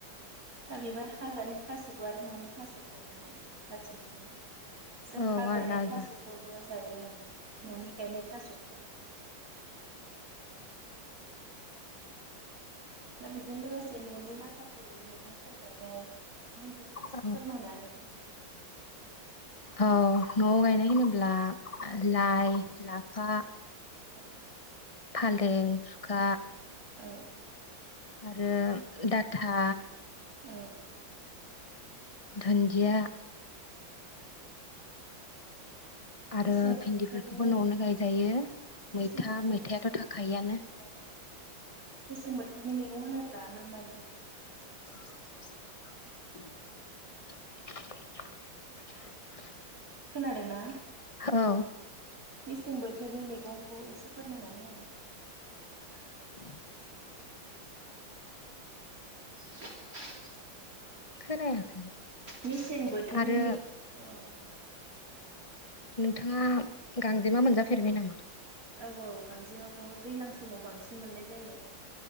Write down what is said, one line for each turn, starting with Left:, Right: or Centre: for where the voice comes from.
Right: दा बेबो हाग्रानि थास' आरो न'नि थास' दंना जाथि मोननै जों
Left: औ
Right: हाग्रानि
Left: आलदा आलदा
Right: थास'खौबो जायो न'नि गायनाय थास'खौबो जों <inaudible>
Left: <inaudible>
Right: दा बेजों लोगोसे न'नि माखासे मै गंफोर गायनाय मुंफोरखौ एसे
Left: औ
Right: फोरमायनानै होदो दे।
Left: औ न'आव गायनाय होनोब्ला लाइ लाफा
Right: औ
Left: फालें दें सुखा
Right: औ
Left: आरो डाटा
Right: औ
Left: धोन्दिया आरो
Right: मेसें
Left: भिन्दिफोरखौबो
Right: बोथोरनि
Left: न'आवनो गायजायो
Right: मेसें
Left: मैथा
Right: बोथोरनि
Left: मैथायाथ' थाखायोआनो
Right: औ मेसें बोथोरनि मैगं होनोब्ला मा माइ
Left: <unintelligible>
Right: खोनादोंना?
Left: औ
Right: मेसें बोथोरनि मैगंखौ एसे फोरमायनानै होदो।
Left: <unintelligible>
Right: <unintelligible>
Left: खोनायाखै
Right: मेसें बोथोरनि
Left: आरो
Right: मैगं औ
Left: नोंथाङा गांजेमा मोनजाफेरबाय नामा?
Right: औ औ। गांजेमाखौ दैज्लां समाव बांसिन मोननाय जायो।